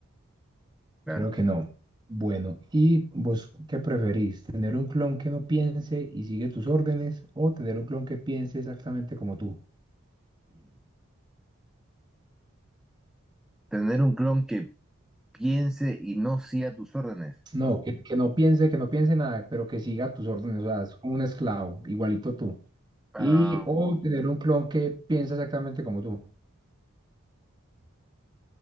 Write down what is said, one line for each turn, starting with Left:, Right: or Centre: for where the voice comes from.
Centre: Claro.
Right: Creo que no. Bueno, ¿y vos qué preferís? ¿Tener un clon que no piense y sigue tus órdenes o tener un clon que piense exactamente como tú?
Centre: Tener un clon que piense y no siga tus órdenes.
Right: No, que, que no piense, que no piense nada, pero que siga tus órdenes, o sea, es como un esclavo, igualito tú.
Centre: Ah,
Right: Y o tener un clon que piensa exactamente como tú.